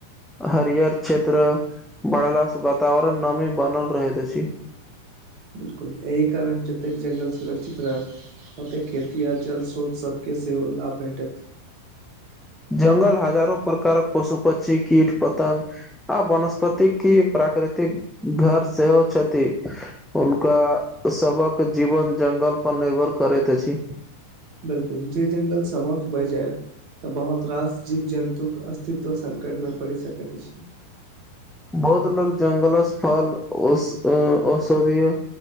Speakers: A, in the centre; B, on the right (about 45°).
A: हरियर क्षेत्र बढ़लासँ वातावरण नमी बनल रहैत अछि।
B: बिलकुल एहि कारण जतेक जङ्गल सुरक्षित रहत। ओतय खेती आ जल स्रोत सभके सेहो लाभ भेटत।
A: जंगल हजारो प्रकारक पशु पक्षी कीट पत्ंग। आ वनस्पतिकि प्राकृतिक घर सेहो छथि। हुनका सबक जीवन जंगल पर निर्भर करैत अछि।
B: बिलकुल जे जंगल समाप्त भए जाय तऽ बहुत रास जीव जन्तुक अस्तित्व संकटमे पड़ि सकैत अछि।
A: बहुत लोक जंगलस फल ओस अँ औषधीय।